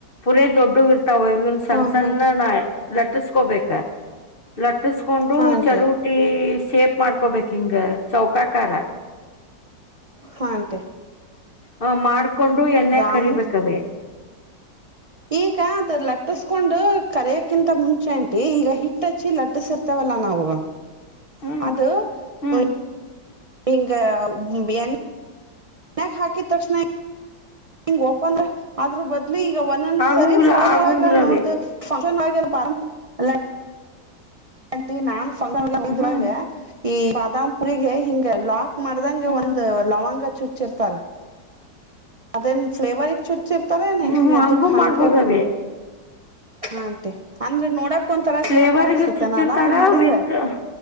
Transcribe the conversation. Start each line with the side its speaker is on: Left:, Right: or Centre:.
Left: <unintelligible> ದೊಡ್ಡು <unintelligible> ಇವನ್ ಸಣ್ಣ
Right: ಹಾ
Left: ಸಣ್ಣ
Right: ಆಂಟಿ
Left: ನ ಲಟ್ಟಿಸ್ಕೊಬೇಕ ಲಟ್ಟಿಸಕೊಂಡು
Right: ಹಾ ಆಂಟಿ
Left: ಚರುವುಟಿ ಸೇಪ್ ಮಾಡ್ಕೊಬೇಕಕ್ ಹಿಂಗ ಚೌಕಾಕಾರ
Right: ಹಾಟೆ <unintelligible>
Left: ಹ ಮಾಡ್ <unintelligible> ಕೊಂಡು ಎನ್ನೆ ಕರಿಬೇಕವೇ
Right: ಆಮೇಲೆ ಈಗ ಅದ ಲಟ್ಟಸ್ಕೊಂಡು ಕರೆಯಕ್ಕಿಂತ ಮುಂಚೆ ಉಂಟಿ ಈಗ ಹಿಟ್ಟಚ್ಚಿ ಲಟ್ಟಸಿರ್ತವಲ್ಲ ನಾವು
Left: ಹ್ಮ್
Right: ಅದು
Left: ಹ್ಮ್
Right: <unintelligible> ಈಂಗ ಎನ್ <unintelligible> ಮ್ಯಾಕ್ ಹಾಕೆ ತಕ್ಷಣ <unintelligible> ಹಂಗ್ ಓಪಂದ ಆದ್ರೂ ಬ <unintelligible> ಲ್ಲಿ ಈಗ ಒಂದೊಂದ್
Left: ಆಗುಂಗಿಲ್ಲ
Right: ಸರಿ ಫೋನ್
Left: ಆಗುಂಗಿಲ್ಲವೇ
Right: ಒಳಗ ನೋಡ್ತ ವ <unintelligible> ಟ ನಾ <unintelligible> ಸ್ಾಗ
Left: ಹ್ಮ್
Right: ಈ <unintelligible> ಪುರರಿಗೆ ಹಿಂಗ ಲಾಕ್ ಮಾಡ್ದಂಗ
Left: ಹ್ಮ್
Right: ಒಂದುಲವಂಗ ಚುಚಿರ್ತಾರೆ ಅದೇ ಪ್ಲೇ ವರ್ಕ್ ಚುಟ್ಟಿ ಹಚ್ಚಿರ್ತಾರ ನೀಗೆ
Left: ಹ್ಮ್
Right: ಅದಕ್
Left: ಹಂಗೂ
Right: ಹಂಗೆ
Left: ಮಾಡ್ಬೋದವೇ
Right: ಹ ಅಂತೆೆ ಅಂದ್ರೆ ನೋಡಕ್ ಒಂಂತರ
Left: ಫ್ಲೇವರ್ಗ
Right: ಚೆನ್ನಾಗ್ ಕಾಣ್ತತೆೇನ
Left: ಚುಚ್ಚಿರ್ತಾರ
Right: ಅಲ್ಲಾ ಹಂಗ್ ಮಾಡಿದ್ರೆ
Left: ವಿತ್